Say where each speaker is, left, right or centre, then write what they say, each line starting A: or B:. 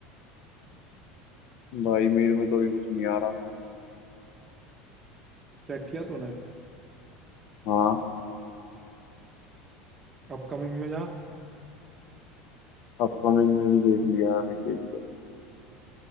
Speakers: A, on the left; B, on the right.
A: भाई मेरे में तो अभी कुछ नहीं आ रहा
B: चेक किया तूने
A: हाँ
B: अपकमिंग में जा
A: अपकमिंग में भी देख लिया अभी के लिए